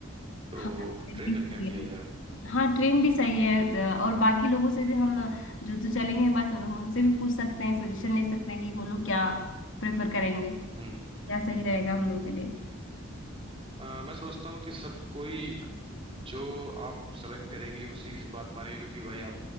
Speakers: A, on the right (about 25°); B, on the left (about 65°).
A: तो
B: हाँ ट्रेन
A: ट्रेन
B: भी
A: का क्या
B: सही
A: किया
B: है
A: जाए
B: हाँ ट्रेन भी सही है द- और बाकी लोगों से भी हम जो जो चलेंगे हमारे साथ हम उनसे भी पूछ सकते हैं सजेशन ले सकते हैं कि वो लोग क्या प्रेफर करेंगे
A: हम्म
B: क्या
A: हम्म।
B: सही रहेगा हम लोग के लिए
A: अ, मैं समझता हूँ कि सब कोई जो आप सेलेक्ट करेंगे उसी की बात मानेंगे क्योंकि भाई आप